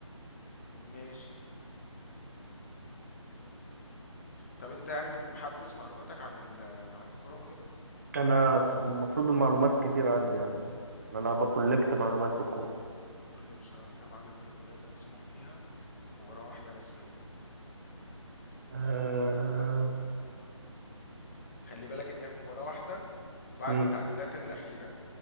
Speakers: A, on the left; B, on the right.
A: ماشي طب انت يعني محدث معلوماتك عن ال عن الكرة وكده
B: انا المفروض المعلومات كتير عندي يعني انا بكولكت معلومات في الكوره
A: قول لي يا باشا كم عدد التبديلات المسموح بيها في مباراة واحدة رسميا
B: أه...
A: خلي بالك ان هي في مباراة واحدة وبعد
B: امم
A: التعديلات الأخيرة